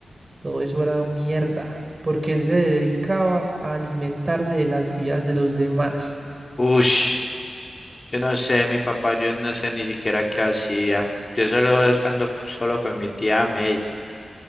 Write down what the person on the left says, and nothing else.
Ush, yo no sé, mi papá, yo no sé ni siquiera qué hacía. Yo solo es- ando solo con mi tía May.